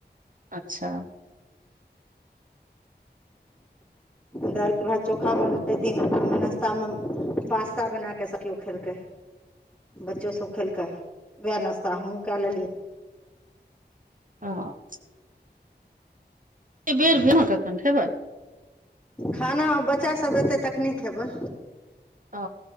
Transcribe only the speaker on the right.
अच्छा
<unintelligible> एत बेर भऽ अहाँ कखन खेबै
अ